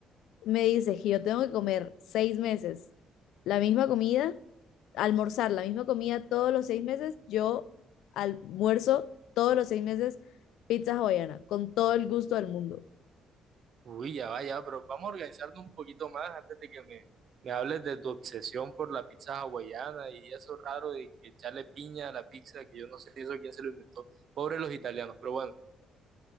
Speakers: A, on the left (about 85°); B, on the right (about 60°).
A: me dices que yo tengo que comer seis meses la misma comida, almorzar la misma comida todos los seis meses, yo almuerzo todos los seis meses pizza hawaiana, con todo el gusto del mundo.
B: Uy, ya va, ya, pero vamos a organizarnos un poquito más antes de que me, me hables de tu obsesión por la pizza hawaiana y eso raro de que echarle piña a la pizza, que yo no sé eso quién se lo inventó. pobres los italianos, pero bueno,